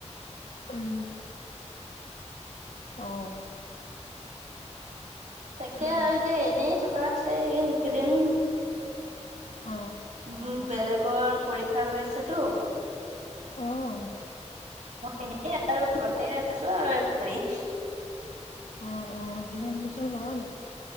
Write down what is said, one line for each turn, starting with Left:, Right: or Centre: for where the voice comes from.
Left: উম। অ'
Right: তাকে
Left: উম
Right: আৰু এতিয়া এনেই থকা হৈছে এই কেইদিন।
Left: অ
Right: উম, বেলেগৰ পৰীক্ষা হৈ আছেতো।
Left: আহ।
Right: এনে আৰু ঘৰতে আছো আৰু পৰি <inaudible>
Left: অ অ দিনত টিউচন লোৱা নেকি?